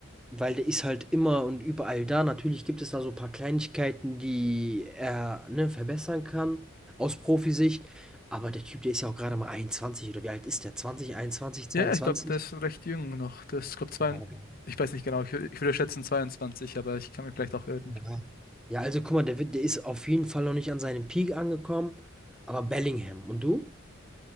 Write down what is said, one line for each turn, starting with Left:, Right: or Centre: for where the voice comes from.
Centre: weil der ist halt immer und überall da. Natürlich gibt es da so ein paar Kleinigkeiten, die er, ne, verbessern kann aus Profisicht. Aber der Typ, der ist ja auch gerade mal einundzwanzig oder wie alt ist der? 20, 21, 22?
Left: Ja, ich glaube, der ist recht jung noch. Das ist, glaube zwei,
Centre: Ja,
Left: ich weiß nicht genau, ich, wür- ich würde schätzen 22, aber ich kann mich vielleicht auch irren.
Centre: ja. Ja, also guck mal, der, wird- der ist auf jeden Fall noch nicht an seinem Peak angekommen, aber Bellingham. Und du?